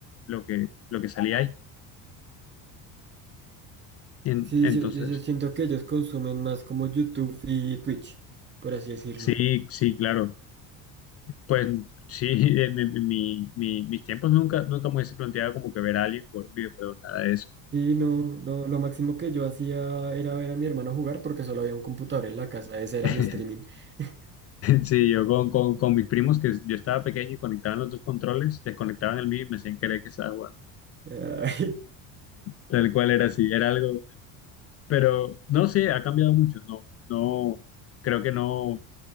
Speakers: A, on the left; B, on the right.
A: lo que, lo que salía ahí. En-
B: Sí,
A: entonces,
B: yo, yo yo siento que ellos consumen más como YouTube y Twitch, por así decirlo.
A: sí, sí, claro, pues sí, <laughs> en, en- en mi, mi- mis tiempos nunca, nunca me hubiese planteado como que ver a alguien por un videojuego, nada de eso.
B: Y no, no, lo máximo que yo hacía era ver a mi hermano jugar porque solo había un computador en la casa, ese era
A: <laughs>
B: mi streaming. <laughs>
A: Sí, yo con, con, con mis primos que yo estaba pequeño y conectaban los dos controles, desconectaban el mío y me hacían creer que estaba jugando.
B: Ay,
A: Tal cual era así, era algo, pero no sé, ha cambiado mucho, no, no, creo que no,